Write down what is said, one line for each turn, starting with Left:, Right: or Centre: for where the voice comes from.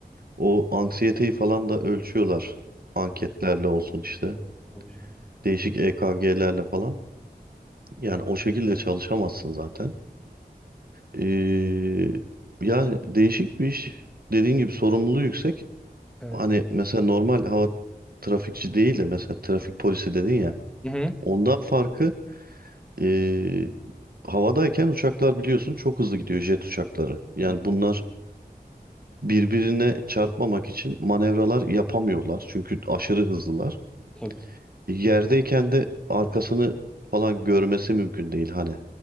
Right: o anksiyeteyi falan da ölçüyorlar. Anketlerle olsun işte.
Centre: Tabii canım.
Right: Değişik EKG'lerle falan. Yani o şekilde çalışamazsın zaten. Ee, yani değişik bir iş. Dediğin gibi sorumluluğu yüksek.
Centre: Evet.
Right: Hani mesela normal hava trafikçi değil de mesela trafik polisi dedin ya.
Centre: Hı hı.
Right: Ondan farkı Ee, havadayken uçaklar biliyorsun çok hızlı gidiyor jet uçakları. Yani
Centre: Bir-
Right: bunlar birbirine çarpmamak için manevralar yapamıyorlar. Çünkü aşırı hızlılar.
Centre: Tabii.
Right: Yerdeyken de arkasını falan görmesi mümkün değil hani.